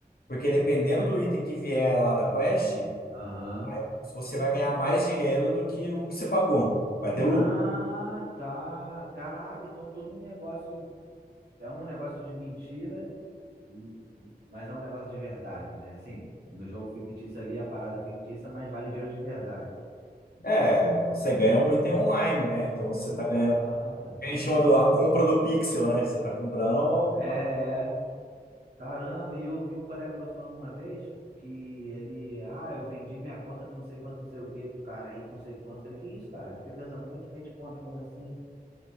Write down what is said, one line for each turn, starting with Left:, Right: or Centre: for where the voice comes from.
Left: Porque dependendo do item que vier lá da quest,
Right: aham.
Left: vai- você vai ganhar mais dinheiro do que o que você pagou. Vai ter lucro.
Right: Ah, tá. Caraca, então todo um negócio é um negócio de mentira, hum, mas é um negócio de verdade, né? Assim, no jogo fictício ali, a parada é fictícia, mas vale dinheiro de verdade.
Left: É, você ganha um item online, né? Então você tá ganhando.
Right: Caraca.
Left: A gente chama do, a compra do pixel, né? Você tá comprando.
Right: É,
Left: uma-
Right: é. Caramba, e eu ouvi um colega meu falando uma vez que ele, ah, eu vendi minha conta com não sei quanto, não sei o quê, pro cara aí, com não sei quanto. Falei, que isso, cara? Eu fiquei pensando, como é que vende conta? Como assim?